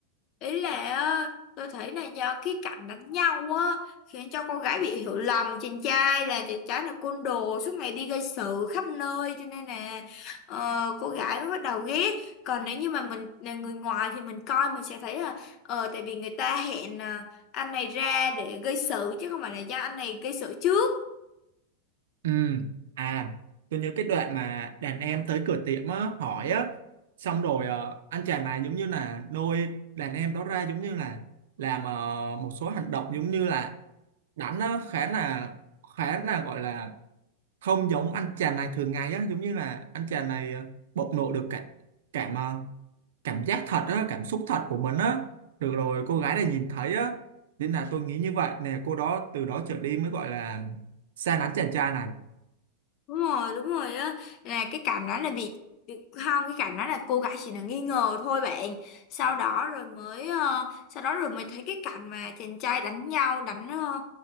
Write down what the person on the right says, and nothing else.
Ừ. À, tôi nhớ cái đoạn mà đàn em tới cửa tiệm á, hỏi á, xong rồi ờ, anh chàng này giống như là nuôi đàn em đó ra giống như là làm ờ, một số hành động giống như là đánh á, khá là khá là gọi là không giống anh chàng này thường ngày á, giống như là anh chàng này ờ, bộc lộ được cả cảm ờ, cảm giác thật á, cảm xúc thật của mình á, được rồi cô gái này nhìn thấy á, nên là tôi nghĩ như vậy nè, cô đó từ đó trở đi mới gọi là xa lánh chàng trai này.